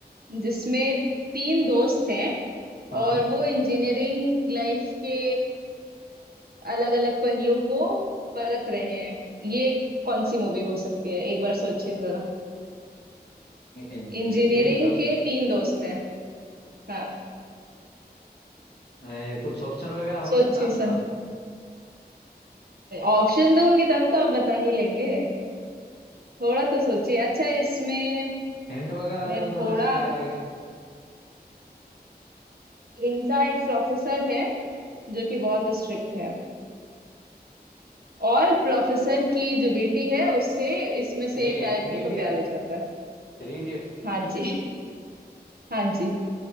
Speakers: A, on the right; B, on the left.
A: जिसमें तीन दोस्त हैं
B: हाँ
A: और वो इंजीनियरिंग लाइफ के अलग अलग पहलू को परख रहे हैं ये कौन सी मूवी हो सकती है एक बार सोचिए जरा
B: इंजीनियर
A: इंजीनियरिंग
B: तीन दोस्त
A: के तीन दोस्त हैं हाँ।
B: ए, कुछ ऑप्शन वगैरह हो
A: सोचिए
B: सकता है आपका
A: समझ ऑप्शन दूंगी तब तो आप बता ही लेंगे थोड़ा तो सोचिए अच्छा इसमें
B: हिंट वगैरह
A: मैं
B: दो
A: थोड़ा
B: थोड़ा इससे क्या रहेगा
A: इनका एक प्रोफेसर है जो कि बहुत स्ट्रिक्ट है और प्रोफेसर की जो बेटी है उससे इसमें से
B: ये
A: एक कैरेक्टर
B: थ्री
A: को
B: इडियट
A: प्यार हो जाता है
B: Three idiot
A: हाँ जी हाँ जी